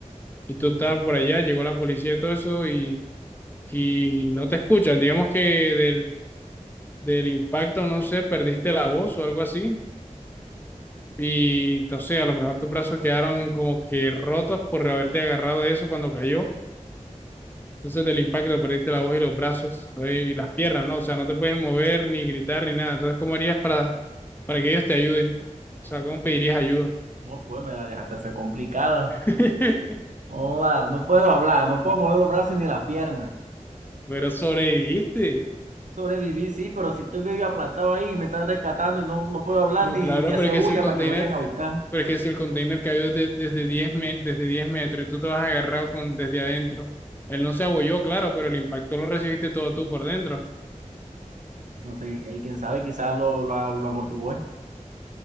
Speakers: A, on the left; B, on the right.
A: y tú
B: Mm,
A: estabas por allá, llegó la policía y todo eso y, y no te escuchan. Digamos que del, del impacto, no sé, perdiste la voz o algo así. Y no sé, a lo mejor tus brazos quedaron como que rotos por haberte agarrado de eso cuando cayó. Entonces del impacto perdiste la voz y los brazos entonces, y las piernas, ¿no? O sea, no te puedes mover ni gritar ni nada. Entonces, ¿cómo harías para, para que ellos te ayuden? O sea, ¿cómo pedirías ayuda?
B: No, pues me la dejaste hacer complicada.
A: <laughs>
B: No, va, no puedo hablar, no puedo mover los brazos ni las piernas.
A: Pero sobreviviste.
B: Sobreviví, sí, pero si estoy medio aplastado ahí, me están rescatando y no, no puedo hablar
A: No,
B: ni,
A: claro,
B: ni hacer
A: pero es que
B: bulla
A: es el container,
B: para que me vayan a
A: eh,
B: buscar.
A: pero es que es el container que había desde, desde diez me- desde 10 metros y tú te vas agarrado con, desde adentro. Él no se abolló, claro, pero el impacto lo recibiste todo tú por dentro.
B: No sé, ahí quién sabe, quizás lo, lo, lo amortigué.